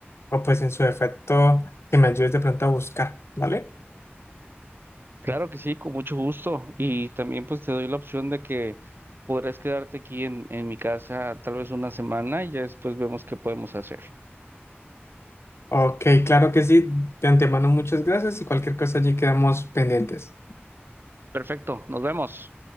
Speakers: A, on the left; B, on the right.
A: o pues en su defecto que me ayudes de pronto a buscar, ¿vale?
B: Claro que sí, con mucho gusto. Y también pues te doy la opción de que podrás quedarte aquí en, en mi casa tal vez una semana y ya después vemos qué podemos hacer.
A: Ok, claro que sí. De antemano muchas gracias y cualquier cosa allí quedamos pendientes.
B: Perfecto, nos vemos.